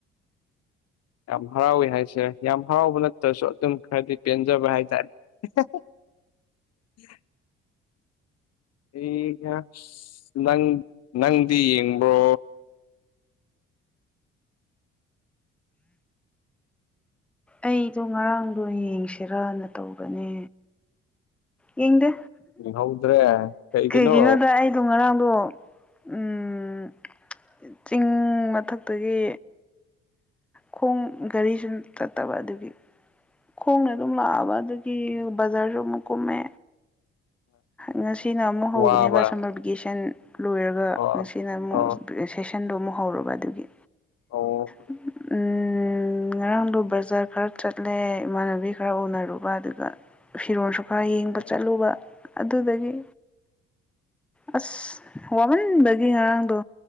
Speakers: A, on the left; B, in the centre.
A: <inaudible> ꯌꯥꯝ ꯍꯔꯥꯎꯋꯤ ꯍꯥꯏꯁꯦ ꯌꯥꯝ ꯍꯔꯥꯎꯕ ꯅꯠꯇ꯭ꯔꯁꯨ ꯑꯗꯨꯝ ꯈꯔꯗꯤ ꯄꯦꯟꯖꯕ ꯍꯥꯏꯇꯥꯔꯦ <unintelligible> ꯑꯩꯒ ꯅꯪ ꯅꯪꯗꯤ ꯌꯦꯡꯕ꯭ꯔꯣ
B: ꯑꯩꯗꯣ ꯉꯔꯥꯡꯗꯣ ꯌꯦꯡꯁꯤꯔꯅ ꯇꯧꯕꯅꯦ ꯌꯦꯡꯗꯦ
A: ꯌꯦꯡꯍꯧꯗ꯭ꯔꯦ ꯀꯩꯒꯤꯅꯣ
B: ꯀꯩꯒꯤꯅꯣꯗ ꯑꯩꯗꯣ ꯉꯔꯥꯡ ꯗꯣ ꯎꯝ ꯆꯤꯡ ꯃꯊꯛꯇꯒꯤ ꯈꯣꯡ ꯒꯥꯔꯤ ꯁꯨ ꯆꯠꯇꯕ ꯑꯗꯨꯒꯤ ꯈꯣꯡꯅ ꯑꯗꯨꯝ ꯂꯥꯛꯑꯕ ꯑꯗꯨꯗꯒꯤ ꯕꯖꯥꯔꯁꯨ ꯑꯃꯨꯛ ꯀꯨꯝꯃꯦ ꯉꯁꯤꯅ ꯑꯃꯨꯛ
A: ꯋꯥꯕ
B: ꯍꯧꯕꯅꯦꯕ ꯁꯝꯃꯔ ꯚꯤꯀꯦꯁꯟ ꯂꯣꯏꯔꯒ
A: ꯑꯣ
B: ꯉꯁꯤꯅ ꯑꯃꯨꯛ
A: ꯑꯣ
B: ꯁꯦꯁꯟꯗꯣ ꯑꯃꯨꯛ ꯍꯧꯔꯕ ꯑꯗꯨꯒꯤ
A: ꯑꯣ
B: ꯎꯝ ꯎꯝ ꯉꯔꯥꯡꯗꯨꯣ ꯕꯖꯥꯔ ꯈꯔ ꯆꯠꯂꯦ ꯏꯃꯥꯟꯅꯕꯤ ꯈꯔ ꯎꯅꯔꯨ ꯕ ꯑꯗꯨꯒ ꯐꯤꯔꯣꯜꯁꯨ ꯈꯔ ꯌꯦꯡꯕ
A: ꯑ
B: ꯆꯠꯂꯨꯕ ꯑꯗꯨꯗꯒꯤ ꯑꯁ ꯋꯥꯃꯟꯕꯒꯤ ꯉꯔꯥꯡꯗꯣ